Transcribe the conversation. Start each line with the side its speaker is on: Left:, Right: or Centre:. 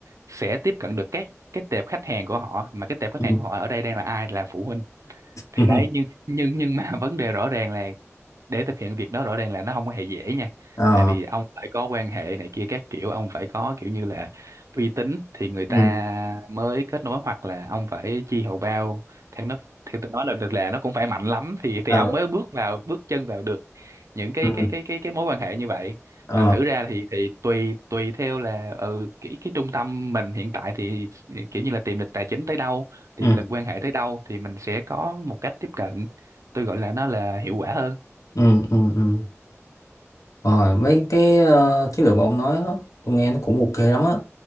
Right: sẽ tiếp cận được các cái tệp khách hàng của họ mà cái tệp khách
Left: ừ
Right: hàng của họ ở đây đang là ai là phụ huynh thì
Left: ừ
Right: đấy nhưng nhưng nhưng mà <laughs> vấn đề rõ ràng là để thực hiện việc đó rõ ràng là nó không có hề dễ nha
Left: ờ
Right: tại vì ông phải có quan hệ này kia các kiểu ông phải có kiểu như là uy tín thì người ta
Left: ừ
Right: mới kết nối hoặc là ông phải chi hầu bao theo nó theo tôi nói là được là nó cũng phải mạnh lắm thì thì
Left: ờ
Right: ông mới bước vào bước chân vào được những cái
Left: ừ
Right: cái cái cái cái mối quan hệ như vậy
Left: ờ
Right: thành thử ra thì thì tùy tùy theo là ừ, cái cái trung tâm mình hiện tại thì kiểu như là tiềm lực tài chính tới đâu tiềm
Left: ừ
Right: lực quan hệ tới đâu thì mình sẽ có một cách tiếp cận tôi gọi là nó là hiệu quả hơn
Left: ừ ừ ừ. Rồi mấy cái ờ, chiến lược mà ông nói đó, tôi nghe nó cũng ok lắm á